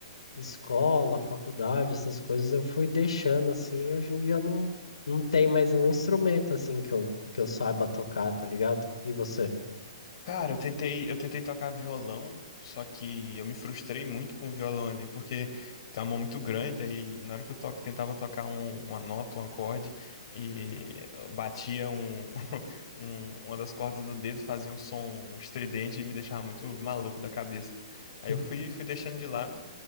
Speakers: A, on the left (about 75°); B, on the left (about 55°).
A: escola, faculdade, essas coisas, eu fui deixando, assim, e hoje em dia não, não tem mais um instrumento, assim, que eu, que eu saiba tocar, tá ligado? E você?
B: Cara, eu tentei, eu tentei tocar violão, só que eu me frustrei muito com o violão ali, porque tem uma mão muito grande, aí na hora que eu toco, tentava tocar um- uma nota, um acorde, e eu batia um, <laughs> um- uma das cordas no dedo, fazia um som estridente e me deixava muito maluco da cabeça. Aí
A: Hum.
B: eu fui, fui deixando de lado.